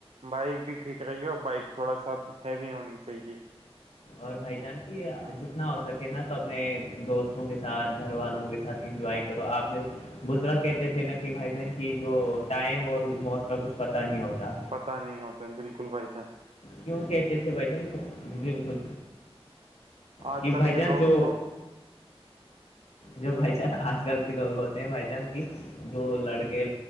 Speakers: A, on the right; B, on the left.
A: بائک بھی ٹھیک رہےی اور بائک تھوڑا ساب ہیوی ہونی چاہیے
B: اور بھائی جان کی
A: ہ
B: جتنا ہو سکے نا تو اپنے دوستوں کے ساتھ گھر والوں کے ساتھ <unintelligible> ساتھ انجائے کرو آپ نے <unintelligible> بزرا کہتے تھے نا کہ بھائی جان کی جو ٹائم اور موت کا کچھ پتا نہیں ہوتا
A: پتا نہیں ہوتا بالکل بھائی سان
B: کیوں کہتے تھے بھٹ ان کو بالکل
A: آج
B: کہ
A: کل
B: بھائی
A: کے
B: جان
A: لوگ
B: جو
A: تو
B: جو بھائی چان آج کل کے لوگ ہوتے ہیں بھائی جان کی جو لڑکے